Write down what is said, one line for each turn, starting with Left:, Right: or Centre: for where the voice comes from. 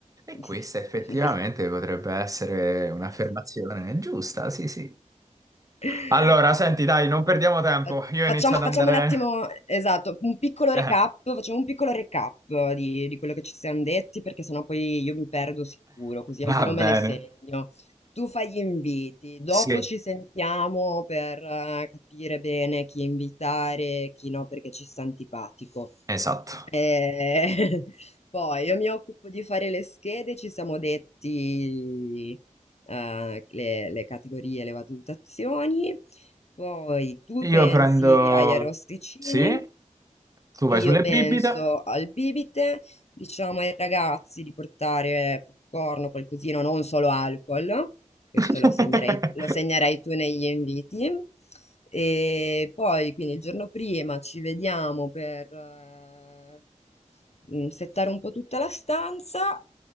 Right: E
Left: eh,
Right: questa effettivamente
Left: <laughs> vi-
Right: potrebbe essere un'affermazione giusta, sì, sì.
Left: <laughs>
Right: Allora, senti, dai, non perdiamo tempo.
Left: Fa-
Right: Io
Left: Facciamo,
Right: inizio ad
Left: facciamo
Right: andare.
Left: un attimo, esatto, un piccolo
Right: Eh,
Left: recap, facciamo un piccolo recap di, di quello che ci siamo detti, perché sennò poi io mi perdo sicuro, così almeno
Right: va bene.
Left: me le segno. Tu fai gli inviti, dopo
Right: Sì,
Left: ci sentiamo per eh, capire bene chi invitare, chi no, perché ci sta antipatico.
Right: esatto.
Left: Eh, <laughs> Poi io mi occupo di fare le schede, ci siamo detti eh, le, le categorie, le valutazioni. Poi tu
Right: Io
Left: pensi
Right: prendo.
Left: agli arrosticini,
Right: Sì, tu vai
Left: io
Right: sulle
Left: penso
Right: bibite.
Left: al bibite, diciamo ai ragazzi di portare popcorn o qualcosina, non solo alcol, questo
Right: <laughs>
Left: lo segnerai, lo segnerai tu negli inviti. E poi, quindi il giorno prima ci vediamo per eh, mh, settare un po' tutta la stanza